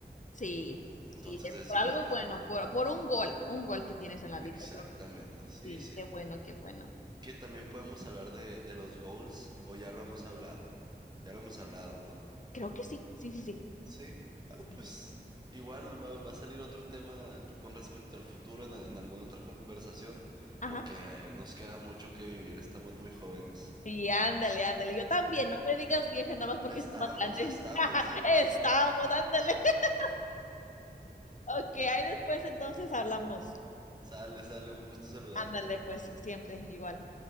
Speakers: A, on the left; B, on the right.
A: sí,
B: entonces
A: sí, es
B: desde
A: por algo
B: ahorita,
A: bueno,
B: desde ahorita.
A: por, por un gol, un gol que tienes en la
B: Exactamente,
A: vida. es lo-
B: sí,
A: Sí,
B: sí.
A: qué bueno, qué bueno.
B: Que también podemos hablar de, de los goals, o ya lo hemos hablado, ya lo hemos hablado, ¿no?
A: Creo que sí, sí, sí, sí.
B: Sí. Ah,
A: sí.
B: pues igual va, va a salir otro tema con respecto al futuro en, en alguna otra conversación,
A: Ajá.
B: porque eh, nos queda mucho que vivir, estamos muy jóvenes.
A: Sí, ándale, ándale. Yo también, no me digas vieja nada más porque
B: Estamos,
A: está más grande.
B: estamos,
A: <laughs>
B: dije.
A: Estamos, ándale. <laughs> Ok, ahí después entonces hablamos.
B: Sale, sale, un gusto saludarte.
A: Ándale, pues siempre igual.